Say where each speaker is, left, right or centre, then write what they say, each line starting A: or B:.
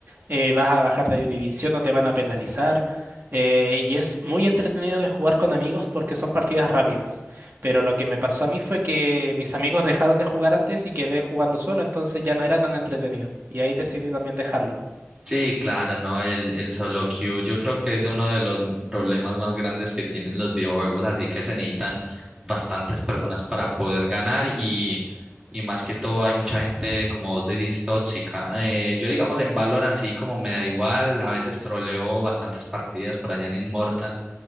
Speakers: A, on the right; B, on the right.
A: eh, vas a bajar de división o te van a penalizar. eh, y es muy entretenido de jugar con amigos porque son partidas rápidas. Pero lo que me pasó a mí fue que mis amigos dejaron de jugar antes y quedé jugando solo, entonces ya no era tan entretenido. Y ahí decidí también dejarlo.
B: Sí, claro, ¿no? El, el solo queue yo creo que es uno de los m- problemas más grandes que tienen los videojuegos, así que se necesitan bastantes personas para poder ganar y, y más que todo hay mucha gente, como vos decís, tóxica. Eh, yo digamos en Valorant sí como me da igual, a veces troleo bastantes partidas por allá en Immortal,